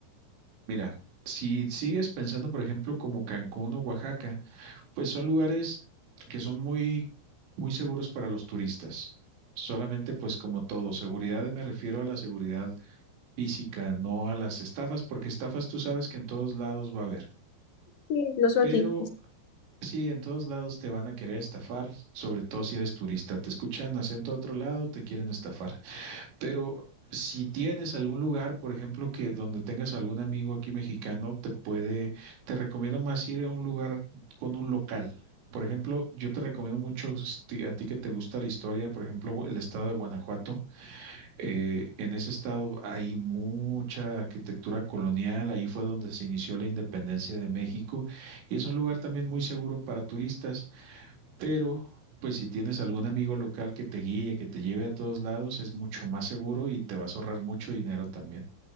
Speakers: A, on the right; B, on the left.
A: Mira, si sigues pensando, por ejemplo, como Cancún o Oaxaca, pues son lugares que son muy, muy seguros para los turistas. Solamente, pues como todo, seguridad me refiero a la seguridad física, no a las estafas, porque estafas tú sabes que en todos lados va a haber.
B: Sí, incluso
A: Pero
B: aquí.
A: Sí, en todos lados te van a querer estafar, sobre todo si eres turista. Te escuchan acento de otro lado, te quieren estafar. Pero si tienes algún lugar, por ejemplo, que donde tengas algún amigo aquí mexicano, te puede, te recomiendo más ir a un lugar con un local. Por ejemplo, yo te recomiendo mucho s- ti- a ti que te gusta la historia, por ejemplo, el estado de Guanajuato. Eh, en ese estado hay mucha arquitectura colonial, ahí fue donde se inició la independencia de México y es un lugar también muy seguro para turistas pero pues si tienes algún amigo local que te guíe, que te lleve a todos lados, es mucho más seguro y te vas a ahorrar mucho dinero también.